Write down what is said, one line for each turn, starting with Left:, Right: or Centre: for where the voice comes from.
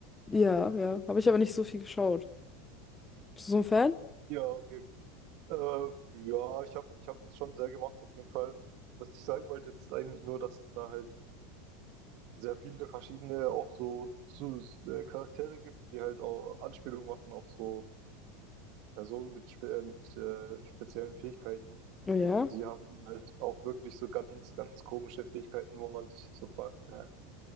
Left: Ja, ja. Habe ich aber nicht so viel geschaut. Bist du so ein Fan?
Right: Ja, okay. Äh, ja, ich habe ich hab das schon sehr gemacht, auf jeden Fall. Was ich sagen wollte, ist eigentlich nur, dass es da halt sehr viele verschiedene auch so, so äh, Charaktere gibt, die halt auch Anspielungen machen auf so Personen mit, spe äh, mit äh, speziellen Fähigkeiten.
Left: Oh ja.
Right: Und die haben halt auch wirklich so ganz, ganz komische Fähigkeiten, wo man sich so fragt, äh,